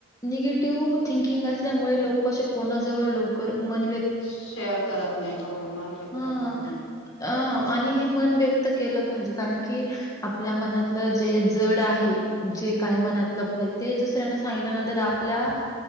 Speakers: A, on the left; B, on the left.
A: निगेटिव्ह थिंकिंग असल्यामुळे लोक असे कोणाजवळ लवकर, मन
B: शेअर करत नाही हो मन- व्यक्त
A: <inaudible> हा
B: करत
A: <inaudible>
B: नाही
A: अ
B: तेच
A: आणि हे मन व्यक्त केलं पाहिजे कारण की आपल्या मनातलं जे जड आहे. जे काय मनात लपलेय ते दुसऱ्यांना सांगितल्यानंतर आपल्या,